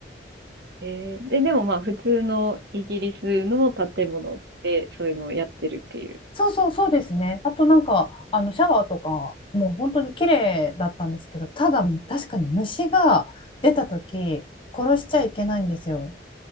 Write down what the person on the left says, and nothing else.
そうそうそうですね。あとなんか、あの、シャワーとか、もう本当に綺麗だったんですけど、ただ、確かに虫が出た時、殺しちゃいけないんですよ。